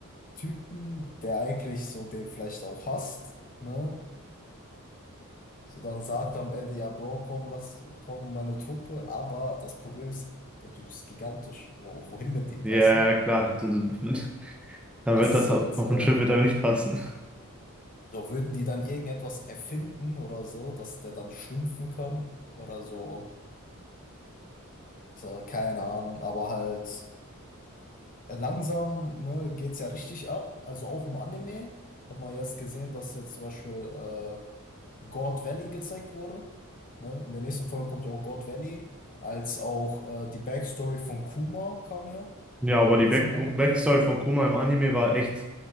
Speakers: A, on the left; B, in the centre.
A: Typen, der eigentlich so den vielleicht auch hasst, ne? So, dann sagt er am Ende, ja, Bro, komm, lass, komm, meine Truppe. Aber das Problem ist, der Typ ist gigantisch. Wo, wohin mit ihm,
B: Ja,
A: weißt du?
B: klar. <laughs> Da
A: Das
B: wird das
A: ist
B: auf
A: halt so,
B: auf dem Schiff wird aber nicht passen.
A: so würden die dann irgendetwas erfinden oder so, dass der dann schrumpfen kann oder so. so keine Ahnung, aber halt äh, langsam, ne, geht's ja richtig ab. Also auch im Anime hat man jetzt gesehen, dass jetzt zum Beispiel äh, God Valley gezeigt wurde. Ne? In der nächsten Folge kommt ja auch God Valley, als auch äh, die Backstory von Kuma kam ja
B: Ja, aber die
A: jetzt
B: Back
A: im Anime.
B: Backstory von Kuma im Anime war echt,